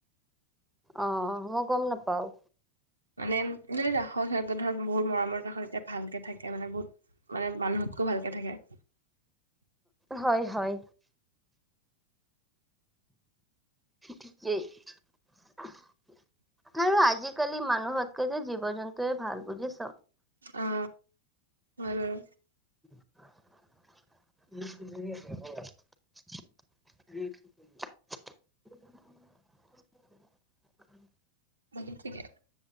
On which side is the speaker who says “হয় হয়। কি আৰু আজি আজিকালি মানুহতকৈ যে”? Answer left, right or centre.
Centre